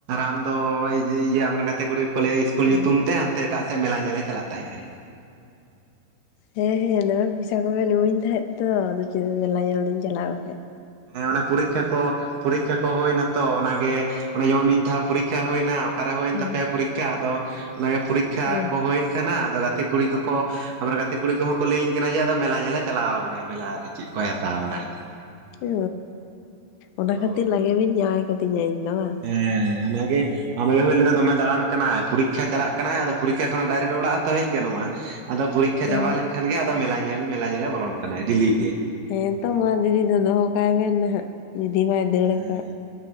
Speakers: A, on the right; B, on the left.
A: ᱟᱢ ᱛᱚ ᱤ-ᱤᱭᱟᱹ ᱟᱢ ᱨᱮᱱ ᱜᱟᱛᱮ ᱠᱩᱲᱤ ᱠᱚ ᱠᱚ ᱞᱟᱹᱭᱟ ᱤᱥᱠᱩᱞ
B: ᱦᱩᱸ
A: ᱧᱩᱛᱩᱢ ᱛᱮ ᱦᱟᱱᱛᱮ ᱮᱴᱟᱜ ᱥᱮᱫ ᱢᱮᱞᱟ ᱧᱮᱞᱮ ᱪᱟᱞᱟᱜ ᱛᱟᱦᱮᱸᱜ ᱟᱭ᱾
B: ᱦᱮᱸ ᱦᱮᱸ ᱱᱚᱣᱟ ᱯᱚᱭᱥᱟ ᱠᱚᱵᱮᱱ ᱤᱢᱟᱹᱧ ᱛᱟᱦᱮᱸᱫ ᱛᱚ ᱟᱫᱚ ᱪᱮᱫ ᱢᱮᱞᱟ ᱧᱮᱞ ᱫᱩᱧ ᱪᱟᱞᱟᱜ ᱵᱟᱠᱷᱟᱡ᱾
A: ᱦᱮᱸ ᱚᱱᱮ ᱯᱩᱨᱤᱠᱠᱷᱟ ᱠᱚ, ᱯᱚᱨᱤᱠᱠᱷᱟ ᱠᱚ ᱦᱩᱭᱱᱟ ᱛᱚ ᱚᱱᱟᱜᱮ ᱚᱱᱮ ᱡᱮᱢᱚᱱ ᱢᱤᱫ ᱫᱷᱟᱣ ᱯᱩᱨᱤᱠᱠᱷᱟ ᱦᱩᱭᱱᱟ᱾ ᱚᱠᱟᱨᱮ ᱦᱳᱭᱮᱱ
B: ᱦᱮᱸ
A: ᱛᱟᱯᱮᱭᱟ ᱯᱩᱨᱤᱠᱠᱷᱟ ᱟᱫᱚ, ᱚᱱᱟᱜᱮ ᱯᱚᱨᱤᱠᱠᱷᱟ
B: ᱦᱮᱸ
A: ᱠᱚ ᱦᱩᱭᱮᱱ ᱠᱷᱟᱱ ᱟᱫᱚ ᱜᱟᱛᱮ ᱠᱩᱲᱤ ᱠᱚᱠᱚ ᱟᱢ ᱨᱮᱱ ᱜᱟᱛᱮ ᱠᱩᱲᱤ ᱠᱚᱦᱚᱸ ᱠᱚ ᱞᱟᱹᱭᱟᱹᱧ ᱠᱟᱱᱟ, ᱡᱮ ᱟᱫᱚ ᱢᱮᱞᱟ ᱧᱮᱞᱮ ᱪᱟᱞᱟᱣ ᱠᱟᱱᱟᱭ ᱢᱮᱞᱟᱨᱮ ᱪᱮᱫ ᱠᱚᱭ ᱦᱟᱛᱟᱣ ᱵᱟᱲᱟᱭ᱾ᱫᱟ
B: ᱚ ᱚᱱᱟ
A: ᱦᱳᱭ
B: ᱠᱷᱟᱹᱛᱤᱨ ᱞᱟᱜᱮ ᱵᱤᱱ ᱡᱟᱶᱟᱭ ᱠᱟᱫᱤᱧᱟ ᱤᱧ ᱫᱚ ᱵᱟᱝ᱾
A: ᱦᱮᱸ ᱚᱱᱟᱜᱮ ᱟᱵᱚᱭ ᱦᱚᱸᱭ ᱞᱟᱹᱭ ᱮᱫᱟ ᱫᱚᱢᱮ ᱫᱟᱬᱟᱱ ᱠᱟᱱᱟᱭ, ᱯᱩᱨᱤᱠᱠᱷᱟ ᱪᱟᱞᱟᱜ ᱠᱟᱱᱟᱭ ᱟᱫᱚ ᱯᱩᱨᱤᱠᱠᱷᱟ ᱠᱷᱚᱱᱟᱜ ᱰᱟᱭᱨᱮᱠᱴ ᱚᱲᱟᱜ ᱦᱚᱸᱛᱚ ᱦᱮᱡ ᱜᱟᱱᱚᱜᱼᱟ᱾ ᱟᱫᱚ ᱯᱚᱨᱤᱠᱠᱷᱟ ᱪᱟᱵᱟ
B: ᱚ
A: ᱞᱮᱱᱠᱷᱟᱱ ᱜᱮ ᱟᱫᱚ ᱢᱮᱞᱟ ᱧᱮᱞ ᱢᱮᱞᱟ ᱧᱮᱞᱮ ᱵᱚᱞᱚᱱ ᱠᱟᱱᱟ ᱰᱮᱞᱤ ᱜᱮ᱾
B: ᱦᱮᱸᱛᱚ ᱢᱟ ᱫᱤᱫᱤ ᱫᱚ ᱫᱚᱦᱚ ᱠᱟᱭ ᱵᱮᱱ ᱱᱟᱦᱟᱜ, ᱡᱩᱫᱤ ᱵᱟᱭ ᱫᱟᱹᱲ
A: ᱦᱮᱸ
B: ᱠᱟᱜ᱾